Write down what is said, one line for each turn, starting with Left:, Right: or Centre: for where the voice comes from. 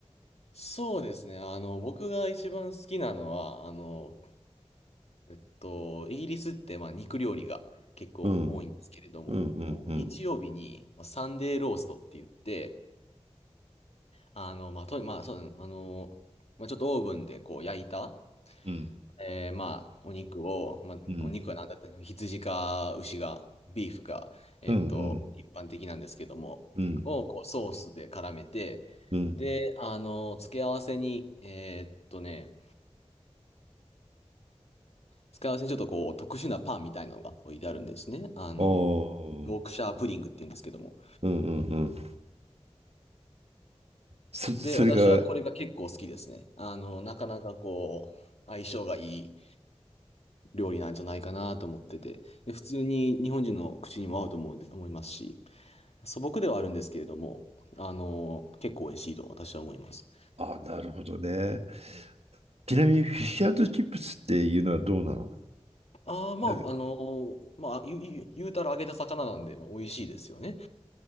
Left: そうですね。あの、僕が一番好きなのは、あの、えっと、イギリスって、まあ、肉料理が結構多いんですけれども、
Right: う。うん、うん、うん、
Left: こう、
Right: うん、
Left: 日曜日にまあサンデーローストって言って、あの、まあ、と、まあ、そう、あの、まあ、ちょっとオーブンでこう焼いた、
Right: うん、
Left: えー、まあ、お肉を、まあ、
Right: うん、
Left: お肉は何だったの羊か牛が、ビーフかえっと、
Right: うん、うん。
Left: 一般的なんですけども、
Right: うん、
Left: をこうソースで絡めて、
Right: うん。
Left: で、あの、付け合わせに、えーっとね、付け合わせにちょっとこう、特殊なパンみたいなのが置いてあるんですね。あの、
Right: ああ、
Left: ヨークシャープディングって言うんですけども。
Right: うんうんうん。そ、それが、
Left: で、私はこれが結構好きですね。あの、なかなかこう、相性がいい料理なんじゃないかなと思ってて、で、普通に日本人の口にも合うと思う、思いますし、素朴ではあるんですけれども、あの、結構美味しいと私は思います。
Right: ああ、なるほどね。ちなみに、フィッシュチップスっていうのはどうなの
Left: ああ、まあ、
Right: なんか、
Left: あの、まあ、ゆゆ言う言うたら揚げた魚なんで、まあ、美味しいですよね。